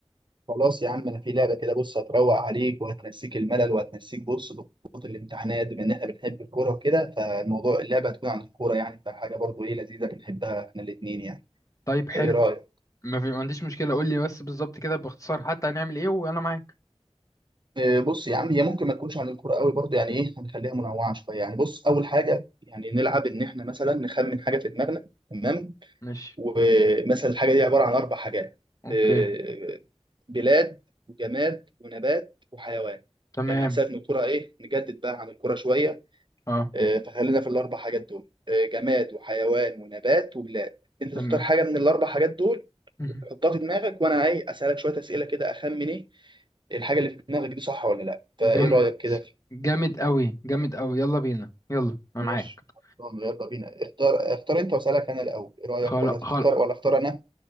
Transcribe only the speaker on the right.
خلاص يا عم انا في لعبه كده بص هتروق عليك وهتنسيك الملل وهتنسيك بص ضغوط الامتحانات بما ان احنا بنحب الكوره وكده فالموضوع اللعبه هتكون عن الكوره يعني فحاجه برضو ايه لذيذه بنحبها احنا الاثنين يعني
ايه رايك
إيه بص يا عم هي ممكن ما تكونش عن الكوره قوي برضو يعني ايه هنخليها منوعه شويه يعني بص اول حاجه يعني نلعب ان احنا مثلا نخمن حاجه في دماغنا تمام
ومثلا الحاجه دي عباره عن اربع حاجات
إيه، بلاد وجماد ونبات وحيوان
لان حساب ان الكره ايه نجدد بقى عن الكره شويه
آه، فخلينا في الاربع حاجات دول آه، جماد وحيوان ونبات وبلاد انت
تختار حاجه من الاربع حاجات دول
تحطها في دماغك وانا ايه اسالك شويه اسئله كده اخمن ايه الحاجه اللي في دماغك دي صح ولا لا فايه
رايك كده في-
ماشي
طب يلا بينا اختار اختار انت واسالك انا الاول ايه رايك
ولا تختار ولا اختار انا